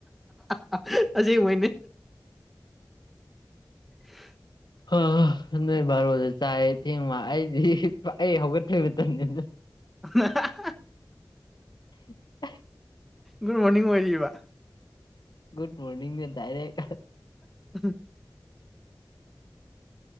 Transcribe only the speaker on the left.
ꯍꯥ ꯅꯣꯏ ꯕꯥꯔꯣꯗ ꯆꯥꯏ ꯊꯦꯡꯕ ꯑꯩꯗꯤ ꯑꯩ ꯍꯧꯒꯠꯄꯩ ꯃꯇꯝꯅꯤ ꯑꯗꯨꯅ
<unintelligible>
ꯒꯨꯨꯗ ꯃꯣꯔꯅꯤꯡꯅꯤ ꯗꯥꯏꯔꯦꯛ